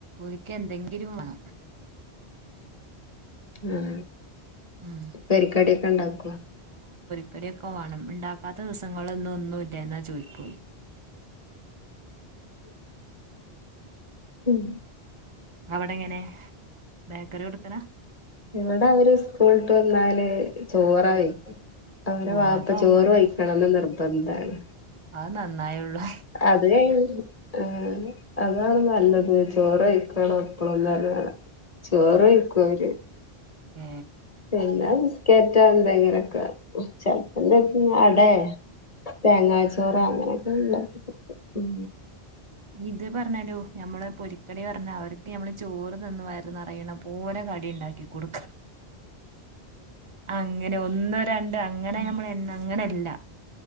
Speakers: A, on the right; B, on the left.
A: ഇക്ക് എന്തെങ്കിലും വേണം
B: ആ
A: ഉം
B: പൊരിക്കടി ഒക്കെ ഉണ്ടാക്കുവോ
A: പൊരിയൊക്കെ വേണം ഉണ്ടാക്കാത്ത ദിവസങ്ങളൊന്നും ഒന്നും ഇല്ല എന്നാ ചോദിക്കും
B: ഉം
A: അവിടെ എങ്ങനെ ബേക്കറി കൊടുക്കലാ
B: ഇവിടെ അവര് സ്കൂളിട്ട് വന്നാല് ചോറാ കഴിക്ക അവൻ്റെ
A: ഓഹ്
B: വാപ്പ
A: അതാവുമ്പോ
B: ചോറ് കഴിക്കണം എന്ന് നിർബന്ധമാണ്
A: അത് നന്നായുള്ളൂ
B: അത് കഴിഞ്ഞ് ആ അതാണ് നല്ലത് ചോറ് കഴിക്കണം എപ്പളും എന്നാണ് ചോറ് കഴിക്കും അവര്
A: ഏ
B: പിന്നെ ബിസ്കറ്റോ എന്തെങ്കിലൊക്കെ ചെലപ്പം അടേ
A: <inaudible>
B: തേങ്ങാച്ചോറ് അങ്ങനൊക്കെ ഉണ്ടാക്കി കൊടുക്കും
A: ഇത് പറഞ്ഞാലോ ഞമ്മള് പൊരിക്കടി പറഞ്ഞ് അവർക്ക് ഞമ്മള് ചോറ് തിന്നു വയറ് നിറയണം അത് പോലെ കളി കടി ഉണ്ടാക്കി കൊടുക്ക അങ്ങനെ ഒന്ന് രണ്ട് അങ്ങനെ
B: ഉം
A: നമ്മൾ എണ്ണ അങ്ങനെയല്ല